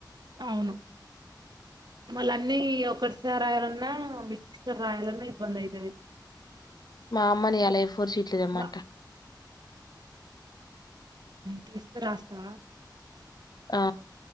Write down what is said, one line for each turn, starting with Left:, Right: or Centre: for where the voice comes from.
Right: అవును మల్ల అన్నీ ఒకటిసారి రాయాలన్నా మి సిస్టర్ రాయాలన్నా ఇబ్బంది అయితది
Left: మా అమ్మని ఇయల ఫోర్ షీట్లు తేమంటా
Right: బా తెస్తే రాస్తావా
Left: ఆ